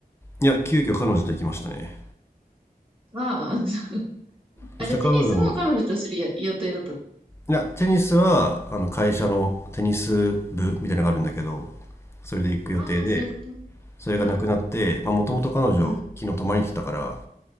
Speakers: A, on the left (about 15°); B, on the right (about 35°).
A: いや、急遽彼女と行きましたね。
B: あ、<laughs>
A: そして彼女も
B: あ、じゃあテニスも彼女とするや予定だった。
A: いやテニスはあの会社のテニス部みたいなのがあるんだけどそれで行く予定で
B: ああ、そういうこと
A: それがなくなってもともと彼女昨日泊まりに来てたから、
B: うん。うん。